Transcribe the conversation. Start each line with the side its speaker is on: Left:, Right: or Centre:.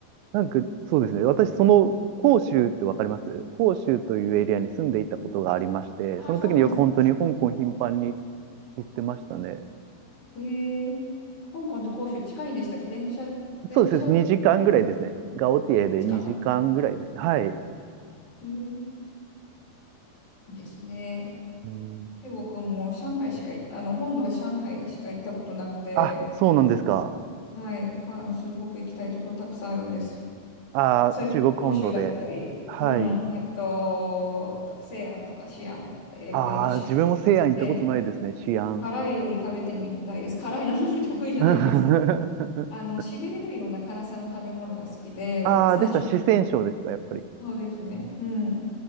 Right: なんか、そうですね。私、その、広州ってわかります広州というエリアに住んでいたことがありまして、
Left: あ、
Right: その時によく本当に香港頻繁に
Left: そうなんです。
Right: 行ってましたね。
Left: えー、香港と広州近いんでしたっけ電車、電車で行けるんですか
Right: そうです。2時間ぐらいですね。ガオティエで2時間ぐらいですね。
Left: 時間。
Right: はい。
Left: えー、いいですね。
Right: うん。
Left: 中国も上海しかい、あの、本土は上海しか行ったことなくて、
Right: あ、そうなんですか。
Left: はい。まあ、あの、すごく行きたいところたくさんあるんです。
Right: あー、
Left: それこそ広州だったり、
Right: 中国本土で。はい。
Left: うん、あと、と西安とか西安、英語で言うと西安。
Right: ああ、自分も西安行ったことないですね。
Left: 西安
Right: 西安。
Left: 辛い料理食べてみたいです。辛いのあんまり得意じゃないんですけど、
Right: <laughs>
Left: あの、しびれるような辛さの食べ物が好きで、
Right: ああ、
Left: 三種。
Right: でした。四川省ですか、やっぱり。
Left: そうですね。うん。